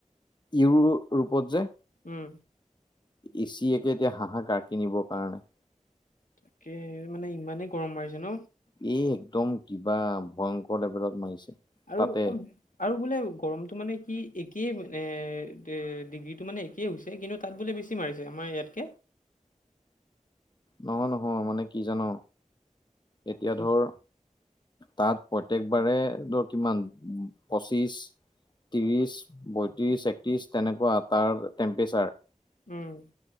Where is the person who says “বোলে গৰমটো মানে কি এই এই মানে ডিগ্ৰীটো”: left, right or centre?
Left